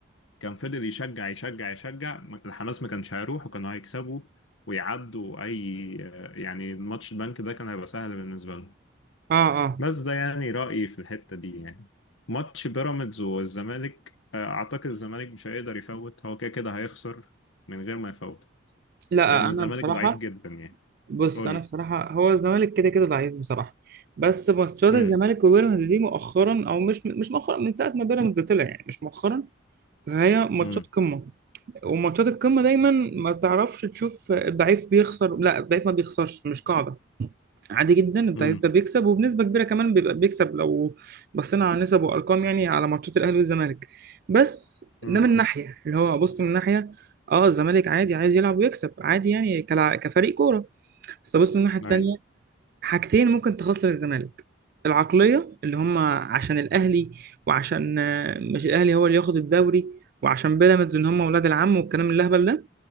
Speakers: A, on the left; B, on the right.
A: كان فضل يشجع يشجع يشجع م- الحماس ما كانش هيروح وكانوا هيكسبوا ويعدوا أي يعني الماتش البنك ده كان هيبقى سهل بالنسبة لهم
B: آه آه
A: بس ده يعني رأيي في الحتة دي يعني ماتش بيراميدز والزمالك آه، أعتقد الزمالك مش هيقدر يفوت هو كده كده هيخسر من غير ما يفوت
B: لا
A: لأن
B: أنا
A: الزمالك
B: بصراحة
A: ضعيف جدا يعني
B: بص
A: قول
B: أنا بصراحة هو الزمالك كده كده ضعيف بصراحة بس ماتشات
A: امم
B: الزمالك وبيراميدز دي مؤخرا أو مش مش مؤخرا من ساعة ما بيراميدز طلع يعني مش مؤخرا فهي ماتشات
A: امم
B: قمة وماتشات القمة دايما ما تعرفش تشوف الضعيف بيخسر لا الضعيف ما بيخسرش مش قاعدة عادي جدا الضعيف
A: امم
B: ده بيكسب وبنسبه كبيره كمان بيبقى بيكسب لو بصينا على نسب وارقام يعني على ماتشات الاهلي والزمالك بس
A: امم
B: ده من ناحيه اللي هو بص من ناحيه اه الزمالك عادي عايز يلعب ويكسب عادي يعني كلع... كفريق كوره بس بص من الناحيه التانيه
A: اي
B: حاجتين ممكن تخسر الزمالك العقليه اللي هم عشان الاهلي وعشان آه، مش الاهلي هو اللي ياخد الدوري وعشان بيراميدز ان هم ولاد العم والكلام الاهبل ده